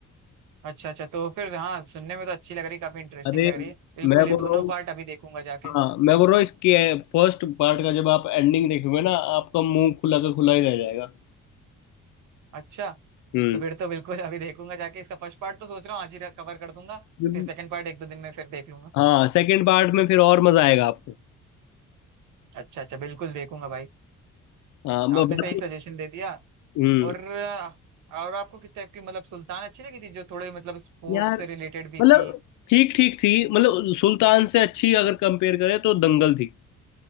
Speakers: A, on the right; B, on the left.
A: अच्छा अच्छा तो फिर हाँ सुनने में तो अच्छी लग रही काफी इंटरेस्टिंग
B: अरे
A: लग रही है बिल्कुल
B: मैं बोल
A: ये दोनों
B: रहा हूँ
A: पार्ट अभी देखूंगा जाके
B: हाँ मैं बोल रहा हूँ इसके फर्स्ट पार्ट का जब आप एंडिंग देखोगे ना आपका मुंह खुला का खुला ही रह जाएगा
A: अच्छा
B: हम्म
A: तो फिर तो बिल्कुल अभी देखूंगा जाके इसका फर्स्ट पार्ट तो सोच रहा हूँ आज ही कवर कर दूंगा
B: हम्म,
A: फिर सेकंड पार्ट एक दो दिन में फिर देख लूंगा
B: हाँ सेकंड पार्ट में फिर और मजा आएगा आपको
A: अच्छा अच्छा बिल्कुल देखूंगा भाई
B: हाँ ब-
A: आपने
B: बाकी
A: सही सजेशन दे दिया
B: हम्म
A: और और आपको किस टाइप की मतलब सुल्तान अच्छी लगी थी जो थोड़े मतलब स्पोर्ट्स
B: यार
A: से रिलेटेड भी
B: मतलब
A: थी
B: ठीक ठीक थी मतलब सुल्तान से अच्छी अगर कंपेयर करें तो दंगल थी